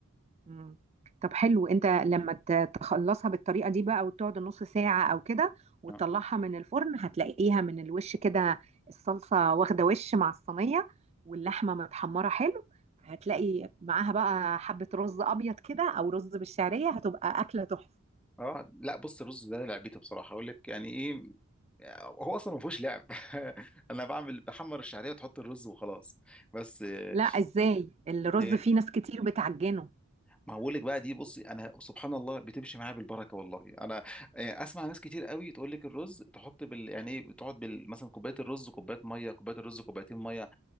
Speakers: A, on the right; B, in the centre.
A: مم. طب حلو انت لما ت- تخلصها بالطريقة دي بقى وتقعد نص ساعة أو كده وتطلعها
B: آه.
A: من الفرن هتلاقيها من الوش كده الصلصة واخدة وش مع الصينية واللحمة متحمرة حلو هتلاقي معاها بقى حبة رز أبيض كده أو رز بالشعرية هتبقى أكلة تحفة
B: اه لا بص الرز ده لعبتي بصراحه اقول لك يعني ايه هو اصلا ما فيهوش لعب <laughs> انا بعمل بحمر الشعريه وتحط الرز وخلاص بس آه،
A: لا ازاي الرز
B: ليه
A: فيه ناس كتير بتعجنه
B: ما هقول لك بقى دي بصي انا سبحان الله بتمشي معايا بالبركه والله انا آه، اسمع ناس كتير قوي تقول لك الرز تحط بال يعني ايه بتقعد بال مثلا كوبايه الرز كوبايه ميه كوبايه الرز كوبايتين ميه